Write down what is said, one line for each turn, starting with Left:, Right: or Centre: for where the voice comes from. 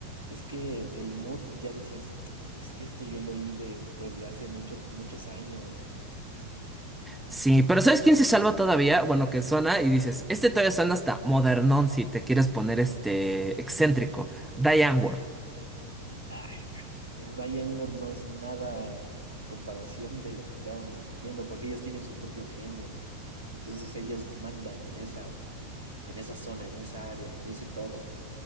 Right: es que el mood ya dices, es que esto yo lo oí de, pues, de hace muchos, muchos años.
Centre: Sí, pero ¿sabes quién se salva todavía? Bueno, que suena y dices, este todavía suena hasta modernón si te quieres poner este excéntrico, Diane Ward.
Right: Ay, Diane Moore no es nada comparación de lo que estábamos diciendo, porque ellos tienen su propio género. Entonces ellos mandan en esa, en esa zona, en esa área, en ese todo.